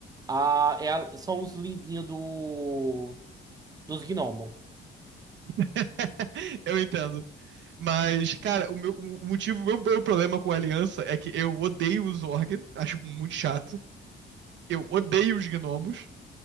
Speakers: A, on the right; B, on the right.
A: A, é a- são os lindinhos do, dos gnomos.
B: <laughs> Eu entendo. Mas, cara, o meu o motivo, o meu, meu problema com a Aliança é que eu odeio os Zorg, acho muito chato. Eu odeio os gnomos